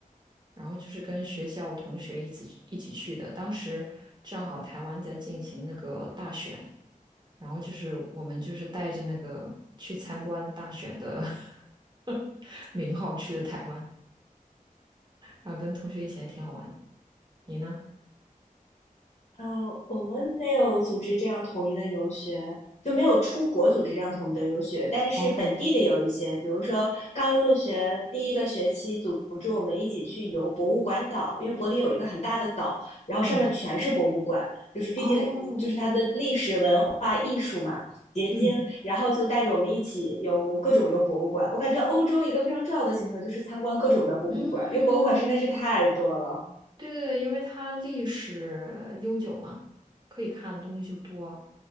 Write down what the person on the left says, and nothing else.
呃，我们没有组织这样统一的游学，就没有出国组织这样统一的游学，但是本地的有一些，
比如说刚入学第一个学期，组织我们一起去游博物馆岛，因为柏林有一个很大的岛，然后上面全是博物馆，
就是毕竟就是它的历史文化艺术嘛。
结晶，
然后就带着我们一起游各种游博物馆。我感觉欧洲一个非常重要的行程就是参观各种的博物馆，
因为博物馆实在是太多了。